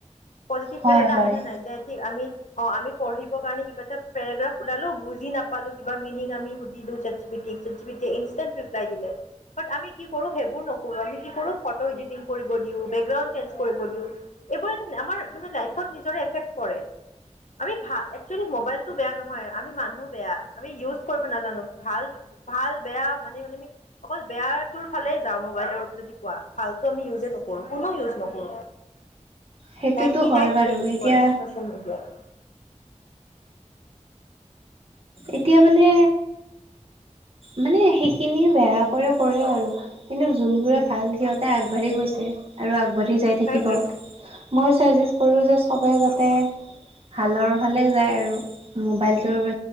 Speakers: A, on the left; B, on the right.
A: পজিটিভনেছ
B: হয়
A: এটা
B: হয়
A: আহে নে নাই? যে ঠিক আমি অ, আমি পঢ়িব কাৰণে, কিবা এটা পেগ্ৰাফ ওলালো, বুজি নাপালো, কিবা মিনিং আমি সুধিলো। যে চাট জি পি টি য়ে ইনষ্টাণ্ড ৰিপ্লাই দিলে। বাট আমি কি কৰো, সেইবোৰ নকৰো, আমি কি কৰো ফটো এডিটিং কৰিব দিওঁ, বেকগ্ৰাউণ্ড চেঞ্জ কৰিব দিওঁ। এইবোৰে আমাৰ মানে লাইফত নিজৰে এফেক্ট কৰে। আমি ভা একচুৱেলি মোবাইলতটো বেয়া নহয় আমি মানুহো বেয়া আমি ইউজ কৰিব নাজানো ভাল ভাল বেয়া মানে মানে অকল বেয়া তটোৰ ফালে যাওঁ মোবাইলৰ যদি কোৱা ভালতো আমি ইউজে নকৰো কোনো ইউজ নকৰো
B: সেইটোতো
A: নাইনটি
B: হয়
A: নাইন
B: বাৰু
A: ইউজ
B: এতিয়া
A: কৰে সচিয়েল মিডিয়াত
B: এতিয়া মানে মানে সেইখিনি বেয়া কৰে কৰে আৰু কিন্তু যোনবোৰে ভাল সিহঁতে আগবাঢ়ি গৈছে আৰু আগবাঢ়ি যায় থাকিব
A: সেইটোৱে।
B: মই ছাজেষ্ট কৰোঁ যে চবেই যাতে হালৰ ফালে যায় আৰু আৰু মোবাইলটোৰ